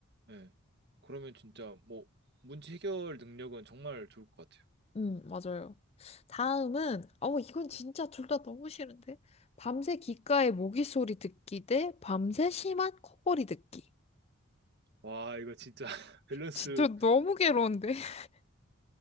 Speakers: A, on the right (about 50°); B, on the left (about 30°).
A: 예. 그러면 진짜 뭐 문제 해결 능력은 정말 좋을 것 같아요.
B: 음, 맞아요. 다음은, 어, 이건 진짜 둘 다 너무 싫은데? 밤새 귓가에 모기 소리 듣기 대 밤새 심한 코골이 듣기.
A: 와, 이거 진짜 <laughs> 밸런스,
B: 진짜 너무 괴로운데? <laughs>